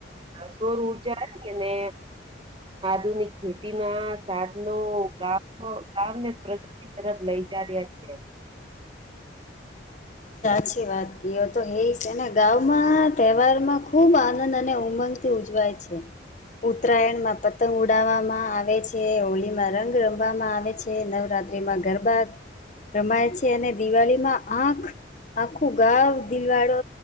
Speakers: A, on the right (about 30°); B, on the left (about 40°).
A: સોર ઉર્જા હતી અને આધુનિક ખેતી ના સાત નુ ગામ ગામને પ્રગૃતિ તરફ લઈ જા રહ્યા છે
B: સાચી વાત કીએ તો એ છે ને ગામમાં તહેવારમાં ખુબ આનંદ અને ઉમંગ થી ઉજવાય છે ઉત્તરાયણ માં પતંગ ઉડાવવામાં આવે છે હોળીમાં રંગ રમવામાં આવે છે ને નવરાત્રીમાં ગરબા રમાય છે અને દિવાળીમાં આંખ આખું ગા દિલવાળો